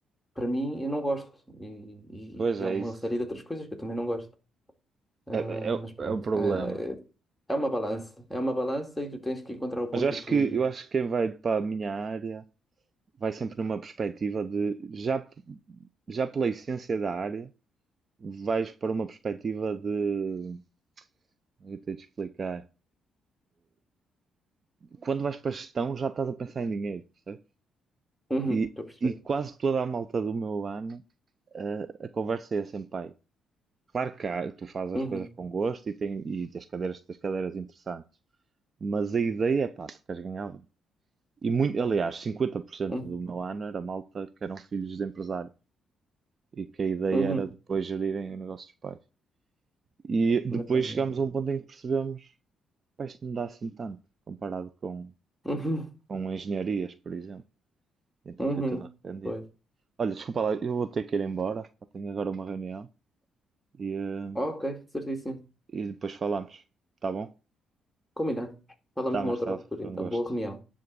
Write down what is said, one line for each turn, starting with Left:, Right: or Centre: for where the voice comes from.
Centre: para mim, eu não gosto. E,
Right: Pois
Centre: e- e
Right: é
Centre: há uma
Right: isso.
Centre: série de outras coisas que eu também não gosto. Ah,
Right: É, é,
Centre: mas pronto,
Right: é um problema.
Centre: ah, é é uma balança, é uma balança e tu tens que encontrar o ponto
Right: Mas eu acho
Centre: de equilíbrio.
Right: que eu acho que quem vai para a minha área vai sempre numa perspectiva de já, já pela essência da área, vais para uma perspectiva de eu tenho de explicar. Quando vais para a gestão já estás a pensar em dinheiro, percebes?
Centre: Uhum,
Right: E,
Centre: estou a perceber.
Right: e quase toda a malta do meu ano, eh, a, conversa é sempre, pai, claro que há, tu fazes
Centre: Uhum,
Right: as coisas com gosto e, tem, e tens cadeiras, tens cadeiras interessantes, mas a ideia é, pá, tu queres ganhar bem. E muito, aliás, 50%
Centre: uhum,
Right: do meu ano era malta que eram filhos de empresários. e que a ideia
Centre: uhum,
Right: era depois gerirem o negócio dos pais. E
Centre: na
Right: depois
Centre: família.
Right: chegámos a um ponto em que percebemos, pá, isto não dá assim tanto, comparado com,
Centre: Uhum,
Right: com engenharias, por exemplo. Então
Centre: uhum,
Right: foi tudo arrependido.
Centre: pois.
Right: Olha, desculpa lá, eu vou ter que ir embora, só tenho agora uma reunião e, eh,
Centre: Ok, certíssimo.
Right: e depois falamos, tá bom?
Centre: Combinado. Falamos
Right: Tá,
Centre: numa
Right: Marcelo,
Centre: outra altura,
Right: foi
Centre: então.
Right: um gosto.
Centre: Boa reunião.